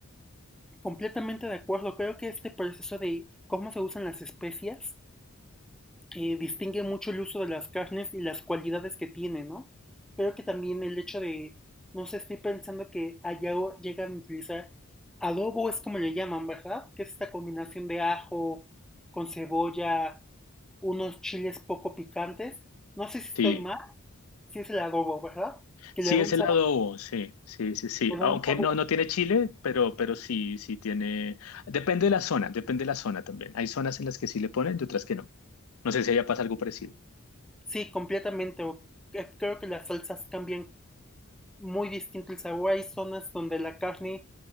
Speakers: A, in the centre; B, on the left (about 80°).
A: Completamente de acuerdo. Creo que este proceso de cómo se usan las especias eh, distingue mucho el uso de las carnes y las cualidades que tiene, ¿no? Pero que también el hecho de, no sé, estoy pensando que allá o- llegan a utilizar adobo, es como le llaman, ¿verdad? Que es esta combinación de ajo con cebolla, unos chiles poco picantes. No sé si estoy
B: Sí.
A: mal, si es el adobo, ¿verdad? Que
B: Sí,
A: le da
B: es
A: un
B: el
A: sabor,
B: adobo, sí, sí, sí, sí.
A: le da
B: Aunque
A: un sabor.
B: no, no tiene chile, pero, pero sí, sí tiene. Depende de la zona, depende de la zona también. Hay zonas en las que sí le ponen y otras que no. No sé si allá pasa algo parecido.
A: Sí, completamente. o- eh, Creo que las salsas cambian muy distinto el sabor. Hay zonas donde la carne